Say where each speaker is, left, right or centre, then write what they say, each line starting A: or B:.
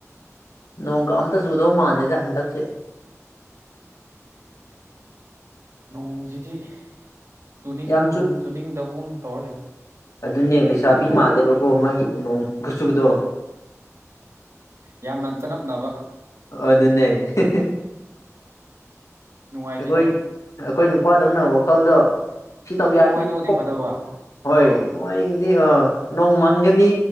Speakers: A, on the left; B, on the right.
A: ꯅꯣꯡꯒ ꯑꯝꯇ ꯆꯨꯗꯧ ꯃꯥꯥꯟꯗꯦꯗ ꯍꯟꯗꯛꯁꯦ
B: <inaudible> ꯅꯣꯡꯁꯤꯗꯤ ꯆꯨꯅꯤꯡꯕꯒꯨꯝ
A: ꯌꯥꯝ ꯆꯨꯠ
B: ꯆꯨꯅꯤꯡꯗꯕꯒꯨꯝ ꯇꯧꯔ ꯂꯩꯔꯦ
A: ꯑꯗꯨꯅꯦ ꯂꯩꯁꯥꯕꯤ ꯃꯥꯜꯂꯦꯕꯀꯣ ꯃꯣꯏ ꯅꯣꯡ ꯈꯨꯆꯨꯗꯣ
B: ꯌꯥꯝꯅ ꯆꯅꯞꯅꯕ
A: ꯑꯗꯨꯅꯦ ꯍꯦꯍꯦꯍꯦ
B: ꯅꯨꯡꯉꯥꯏꯇꯦꯗ
A: ꯑꯩꯈꯣꯏ ꯑꯩꯈꯣꯏ ꯅꯨ ꯄꯥꯗꯧꯅ ꯋꯥꯈꯜꯗꯣ ꯁꯤ
B: ꯐꯣꯡ
A: ꯇꯧꯒꯦ
B: ꯐꯣꯡ
A: ꯍꯥꯏꯔꯗꯤ
B: ꯍꯥꯏꯗꯣꯛꯑꯗꯤ
A: ꯀꯣꯛ
B: ꯐꯗꯕ
A: ꯍꯣꯏ
B: ꯅꯠꯇ꯭ꯔꯣ
A: ꯃꯣꯏꯒꯤꯗꯤ ꯑ ꯅꯣꯡ ꯉꯅꯤ